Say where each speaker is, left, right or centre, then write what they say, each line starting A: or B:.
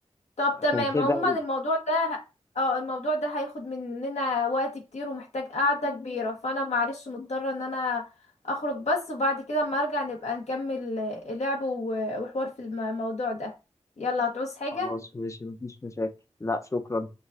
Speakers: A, on the left; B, on the left.
A: طب
B: عشان
A: تمام
B: كده
A: عموما الموضوع ده اه الموضوع ده هياخد مننا وقت كتير ومحتاج قعدة كبيرة فانا معلش مضطرة ان انا اخرج بس وبعد كده اما ارجع نبقى نكمل اللعب و- وحوار في الم- الموضوع ده يلا هتعوز حاجة
B: خلاص ماشي مفيش مشاكل لا شكرا